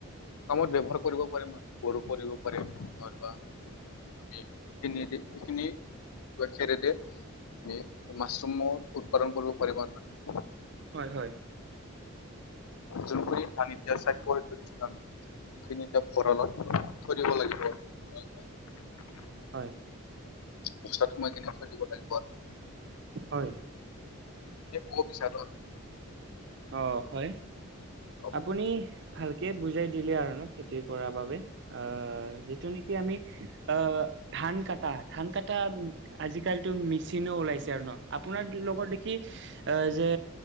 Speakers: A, on the left (about 85°); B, on the right (about 55°).
A: কামত ব্যৱহাৰ কৰিব পাৰিম আৰু গৌৰৱ কৰিব পাৰিম নাইবা নি এইখিনি দি এইখিনি খেৰে দিয় দি মাছৰুম উৎপাদন কৰিব পাৰিবা আৰু ন
B: হয় হয়
A: জোনপুৰী থান ইতিয়া চাইব প থৈ দিছিলো আমি <unintelligible> খিনি এতিয়া ভঁৰালত থৈ দিব লাগিব আৰু ভঁৰাল
B: হয়
A: বস্তাত সোমাই কেনে থৈ দিব লাগিব আৰু।
B: হয়।
A: এ ক'ব বিছাৰো আৰু
B: অ হয়।
A: <unintelligible>
B: আপুনি ভালকে বুজাই দিলে আৰু ন খেতি কৰা বাবে আহ যিটো নেকি আমি আহ ধান কটা ধান কটা আজিকাল মেচিন ওলাইছে আৰু ন আপোনাৰ লগত দেখি অহ যে